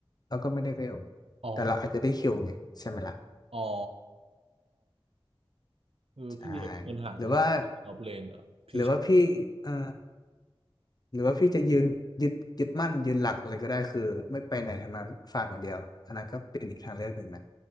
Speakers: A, on the left; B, on the right.
A: เราก็ไม่ได้เวล
B: อ๋อ
A: แต่เราอาจจะได้คิวไงใช่ไหมล่ะ
B: อ๋อคือพี่มีปัญหาตรงนี้นอบเลนอ่ะพี่ชอบ
A: ใช่หรือว่าหรือว่าพี่เอ่อหรือว่าพี่จะยืนยึดยึดมั่นยืนหลักเลยก็ได้คือไม่ไปไหนทางนั้นฝากอย่างเดียวอันนั้นก็เป็นอีกทางเลือกหนึ่งนะ